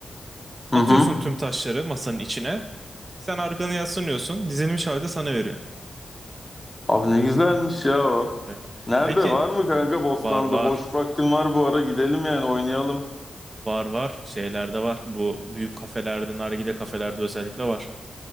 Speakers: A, on the left; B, on the right.
A: Hı
B: Atıyorsun
A: hı.
B: tüm taşları masanın içine. Sen arkanı yaslanıyorsun. Dizilmiş halde sana veriyor.
A: Abi ne güzelmiş ya o.
B: Ya.
A: Nerede
B: Peki
A: var mı kanka Bostanlı'da?
B: var var.
A: Boş vaktim var bu ara gidelim yani oynayalım.
B: Var var. Şeylerde var. Bu büyük kafelerde, nargile kafelerde özellikle var.